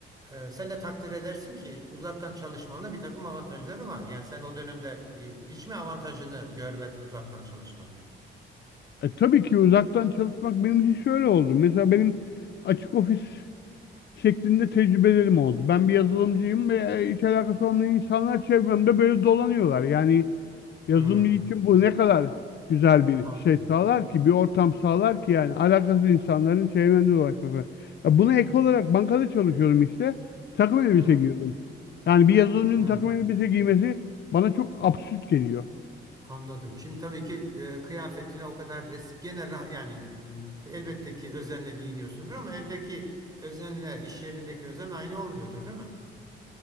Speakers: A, on the right (about 20°); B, on the left (about 60°).
A: e, sen de takdir edersin ki uzaktan çalışmanın bir takım avantajları var. Yani sen o dönemde e, hiç mi avantajını görmedin uzaktan çalışmanın?
B: E, tabii ki uzaktan çalışmak benim için şöyle oldu. Mesela benim açık ofis şeklinde tecrübelerim oldu. Ben bir yazılımcıyım ve e, hiç alakası olmayan insanlar çevremde böyle dolanıyorlar. Yani yazılımcı
A: Hmm,
B: için bu ne kadar güzel bir
A: anladım.
B: şey sağlar ki, bir ortam sağlar ki yani alakasız insanların çevremde dolaşması. Ya buna ek olarak bankada çalışıyorum işte. Takım elbise
A: Hı hı.
B: giyiyordum. Yani bir yazılımcının
A: Hı.
B: takım elbise giymesi bana çok absürt geliyor.
A: Anladım. Şimdi tabii ki e, kıyafetine o kadar es gene rah yani e, elbette ki özenle giyiniyorsundur ama evdeki özenle iş yerindeki özen aynı olmuyordur, değil mi?